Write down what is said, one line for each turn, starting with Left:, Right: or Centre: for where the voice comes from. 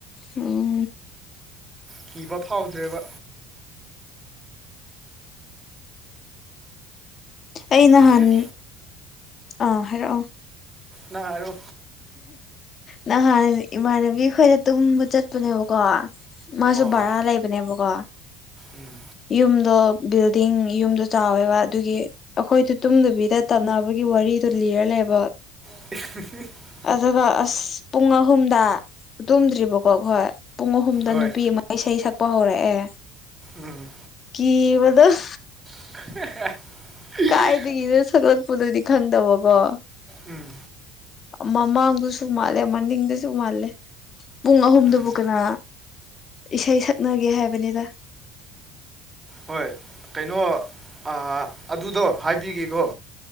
Left: ꯑꯣ
Right: ꯀꯤꯕ ꯐꯥꯎꯗ꯭ꯔꯦꯕ
Left: ꯑꯩ ꯅꯍꯥꯟ
Right: ꯍꯧꯖꯤꯛ
Left: ꯑꯥ ꯍꯥꯏꯔꯛꯑꯣ
Right: ꯅꯪ ꯍꯥꯏꯔꯣ
Left: ꯅꯍꯥꯟ ꯏꯃꯥꯟꯅꯕꯤ ꯈꯣꯏꯗ ꯇꯨꯝꯕ ꯆꯠꯄꯅꯦꯕꯀꯣ ꯃꯥꯁꯨ ꯚꯔꯥ
Right: ꯍꯣꯏ ꯍꯣꯏ
Left: ꯂꯩꯕꯅꯦꯕꯀꯣ
Right: ꯎꯝ
Left: ꯌꯨꯝꯗꯣ ꯕꯤꯜꯗꯤꯡ ꯌꯨꯝꯗꯣ ꯆꯥꯎꯋꯦꯕ ꯑꯗꯨꯒꯤ ꯑꯩꯈꯣꯏꯗꯨ ꯇꯨꯝꯗꯕꯤꯗ ꯇꯝꯅꯕꯒꯤ ꯋꯥꯔꯤꯗꯣ ꯂꯤꯔ ꯂꯩꯕ
Right: <inaudible>
Left: ꯑꯗꯨꯒ ꯑꯁ ꯄꯨꯡ ꯑꯍꯨꯝꯗ ꯇꯨꯝꯗ꯭ꯔꯤꯕꯀꯣ ꯑꯈꯣꯏ ꯄꯨꯡ ꯑꯍꯨꯝꯗ
Right: ꯍꯣꯏ
Left: ꯅꯨꯄꯤ ꯑꯃ ꯏꯁꯩ ꯁꯛꯄ ꯍꯧꯔꯛꯑꯦ
Right: ꯎꯝ
Left: ꯀꯤꯕꯗꫭ
Right: <unintelligible>
Left: ꯑꯥꯏꯗꯒꯤꯅꯣ ꯁꯛꯂꯣꯠꯄꯗꯨꯗꯤ ꯈꯡꯗꯕꯀꯣ
Right: ꯎꯝ
Left: ꯃꯃꯥꯡꯗꯁꯨ ꯃꯥꯜꯂꯦ ꯃꯅꯤꯡꯗꯁꯨ ꯃꯥꯜꯂꯦ ꯄꯨꯡ ꯑꯍꯨꯝꯗꯕꯨ
Right: ꯎꯝ
Left: ꯀꯅꯥ ꯏꯁꯩ ꯁꯛꯅꯒꯦ ꯍꯥꯏꯕꯅꯤꯗ
Right: ꯍꯣꯏ ꯀꯩꯅꯣ ꯑꯥ ꯑꯗꯨꯗꯣ ꯍꯥꯏꯕꯤꯒꯦꯀꯣ